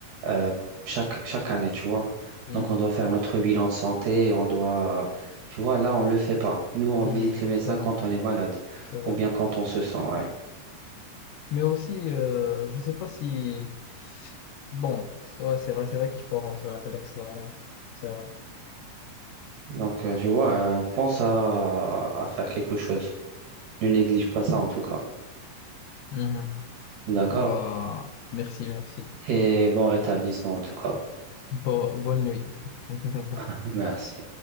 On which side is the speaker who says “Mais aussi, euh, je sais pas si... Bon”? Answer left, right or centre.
Left